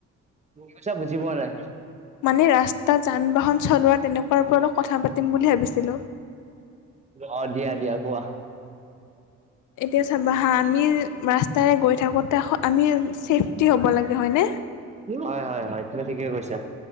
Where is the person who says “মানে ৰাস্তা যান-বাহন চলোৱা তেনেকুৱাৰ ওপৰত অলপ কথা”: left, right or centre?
Left